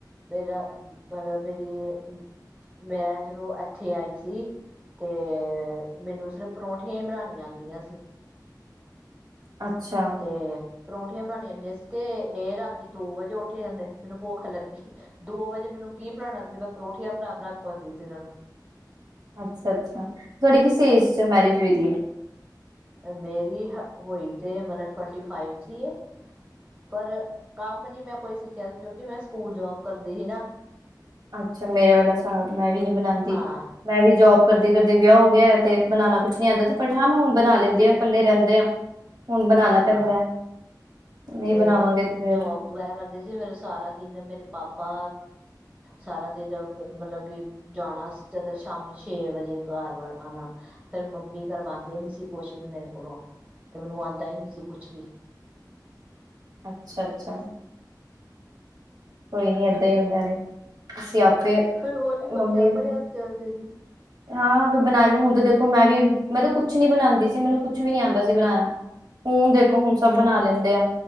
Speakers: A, on the right; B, on the right.
A: ਮੇਰਾ ਮਤਲਬ ਮੇਰੀ ਮੈਂ ਜਦੋਂ ਏਥੇ ਆਈ ਸੀ। ਤੇ ਮੈਨੂੰ ਸਿਰਫ ਪਰੌਂਠੀਆਂ ਹੀ ਬਣਾਂਣੀਆਂ ਆਂਦੀਆਂ ਸੀ।
B: ਅੱਛਾ
A: ਤੇ ਪਰੌਂਠੀਆਂ ਬਣਾਣੀਆਂ ਆਂਦੀਆਂ ਸੀ ਤੇ ਇਹ ਰਾਤੀ ਦੋ ਵਜੇ ਉਠ ਜਾਂਦੇ ਮੈਨੂੰ ਭੁੱਖ ਲੱਗੀ। ਦੋ ਵਜੇ ਮੈਨੂੰ ਕੀ ਬਣਾਣਾ ਸੀ ਮੈਂ ਪਰੋਠੀਆਂ ਬਣਾ -ਬਣਾ ਖਵਾਉਂਦੀ ਸੀ ਇਹਨਾਂ ਨੂੰ
B: ਅੱਛਾ -ਅੱਛਾ ਤੁਹਾਡੀ ਕਿਸ ਏਜ 'ਚ ਮੈਰਿਜ ਹੋਈ ਦੀ ਏ।
A: ਮੇਰੀ ਹੋਈ ਤੇ ਮਤਲਬ ਟਵੰਟੀ ਫਾਈਵ 'ਚ ਹੀ ਏ। ਪਰ ਕੰਮ ਨੀ ਮੈਂ ਕੋਈ ਸਿੱਖਿਆ ਸੀ ਕਿਉਂਕਿ ਮੈਂ ਸਕੂਲ ਜੋਬ ਕਰਦੀ ਹੀ ਨਾ।
B: ਅੱਛਾ ਮੇਰੇ ਵਾਲਾ ਹਸਾਬ ਮੈਂ ਵੀ ਨੀ ਬਣਾਂਦੀ।
A: ਹਾਂ
B: ਮੈਂ ਵੀ ਜੋਬ ਕਰਦੀ ਕਰਦੀ ਵਿਆਹ ਹੋ ਗਿਆ ਏ ਤੇ ਬਣਾਣਾ ਕੁਛ ਨੀ ਆਉਂਦਾ ਸੀ ਬਟ ਹਾਂ ਮੈਂ ਹੁਣ ਬਣਾ ਲੈਂਦੀ ਆ ਇਕੱਲੇ ਰਹਿੰਦੇ ਆ। ਹੁਣ ਬਣਾਣਾ ਪੈਂਦਾ।
A: ਹਾਂ
B: ਨਹੀਂ
A: ਤੇ
B: ਬਣਾਵਾਂਗੇ ਤੇ ਫਿਰ
A: ਜੋਬ ਵਗੈਰਾ ਕਰਦੀ ਸੀ ਫਿਰ ਸਾਰਾ ਦਿਨ ਮੇਰੇ ਪਾਪਾ ਸਾਰਾ ਦਿਨ ਮਤਲਬ ਕਿ ਜਾਣਾ ਤੇ ਸ਼ਾਮੀ ਛੇ ਵਜੇ ਘਰ ਵ ਆਉਣਾ। ਫਿਰ ਮੰਮੀ ਕਰਵਾਂਦੇ ਨੀ ਸੀ ਕੁਛ ਵੀ ਮੇਰੇ ਕੋਲੋਂ ਤੇ ਮੈਨੂੰ ਆਂਦਾ ਹੀ ਨਹੀਂ ਸੀ ਕੁਛ ਵੀ
B: ਅੱਛਾ- ਅੱਛਾ ਕੋਈ ਨੀ ਏਦਾਂ ਹੀ ਹੁੰਦਾ ਨੇ ਅਸੀਂ ਆਪੇ
A: ਫਿਰ ਹੌਲੀ -ਹੌਲੀ
B: ਮੰਮੀ
A: ਆਪਣੇ ਆਪ ਜਾਚ ਆਗੀ।
B: ਹਾਂ ਬਣਾ ਲੋਂ ਹੁਣ ਤਾਂ ਦੇਖੋ ਮੈਂ ਵੀ ਮੈਂ ਤਾਂ ਕੁਛ ਨੀ ਬਣਾਂਦੀ ਸੀ ਮੈਨੂੰ ਕੁਛ ਵੀ ਨੀ ਆਂਦਾ ਸੀ ਬਣਾਣਾ। ਹੁਣ ਦੇਖੋ ਹੁਣ ਸਭ ਬਣਾ ਲੈਂਦੇ ਆ